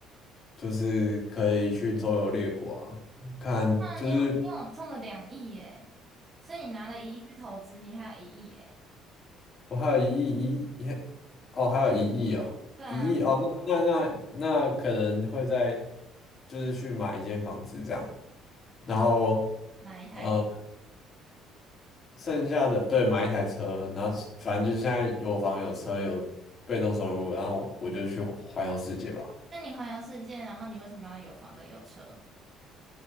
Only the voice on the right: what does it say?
那你有你有中了两亿耶，所以你拿了一亿去投资，你还有一亿耶。
对啊，
嗯，买一台车。
那你环游世界，然后你为什么要有房跟有车？